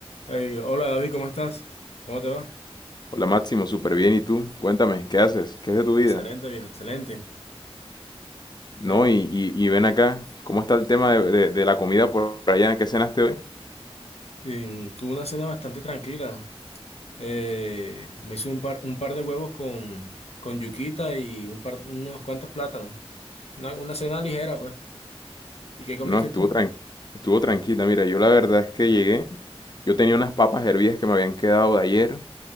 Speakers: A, on the left (about 75°); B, on the left (about 40°).
A: Hey, hola David, ¿cómo estás? ¿Cómo te va?
B: Hola Máximo, súper bien. ¿Y tú? Cuéntame, ¿qué haces? ¿Qué es de tu
A: Excelente,
B: vida?
A: viejo, excelente.
B: No,
A: Hey,
B: y, y- y ven acá, ¿cómo está el tema de, de- de la comida por allá? ¿Qué cenaste hoy?
A: y, tuve una cena bastante tranquila. Eh, me hice un par, un par de huevos con, con yuquita y un par, unos cuantos plátanos. Una, una cena ligera, pues. ¿Y qué comiste
B: No, estuvo
A: tú?
B: tran- estuvo tranquila. Mira, yo la verdad es que llegué, yo tenía unas papas hervidas que me habían quedado de ayer,